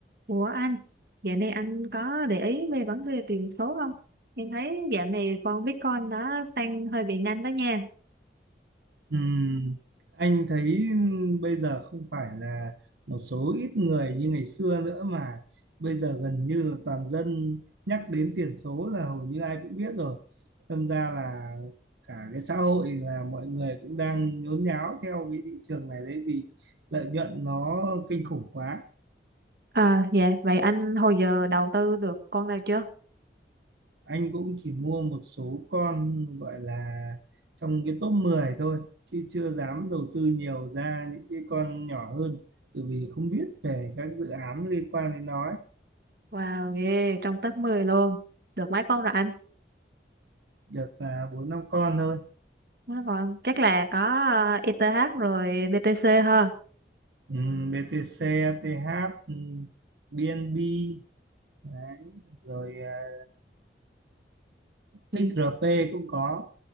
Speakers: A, on the right; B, on the right.
A: Ủa anh, dạo này anh có để ý về vấn đề tiền số không? Em thấy dạo này con Bitcoin nó tăng hơi bị nhanh đó nha.
B: Ừm, anh thấy bây giờ không phải là một số ít người như ngày xưa nữa mà bây giờ gần như là toàn dân nhắc đến tiền số là hầu như ai cũng biết rồi. Đâm ra là cả cái xã hội là mọi người cũng đang nhốn nháo theo cái thị trường này đấy vì lợi nhuận nó kinh khủng quá.
A: À dạ, vậy anh hồi giờ đầu tư được con nào chưa?
B: anh cũng chỉ mua một số con gọi là trong cái top 10 thôi chứ chưa dám đầu tư nhiều ra những cái con nhỏ hơn bởi vì không biết về các dự án liên quan đến nó ấy.
A: Wow, ghê, trong top 10 luôn. Được mấy con rồi anh?
B: được là bốn năm con thôi
A: Mấy con chắc là có ờ, ETH rồi BTC ha.
B: Ừm, BTC, ATH, ừm, BNB đấy. rồi à,
A: Ừ.
B: XRP cũng có